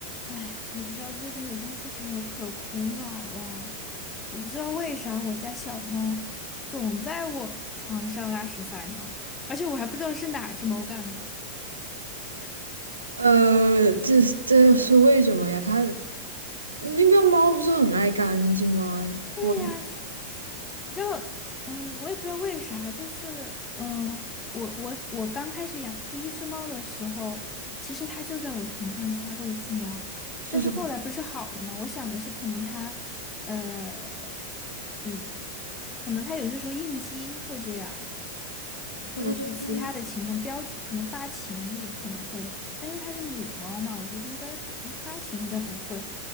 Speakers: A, on the left; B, on the right.
A: 哎，你不知道最近有件事情我可苦恼了，我不知道为啥我家小猫总在我床上拉屎撒尿，而且我还不知道是哪只猫干的。
B: 呃，这这是为什么呀？它喵喵猫不是很爱干净吗？
A: 对呀，
B: 我
A: 就嗯、呃我也不知道为啥，就是嗯、呃我我我刚开始养第一只猫的时候，其实它就在我床上撒过一次尿，
B: 是什么？
A: 但是后来不是好了吗？我想的是可能它呃嗯，可能它有些时候应激会这样，或者是其他的情况，
B: 嗯，
A: 标记可能发情也可能会，但因为它是母猫嘛，我觉得应该比嗯发情应该不会，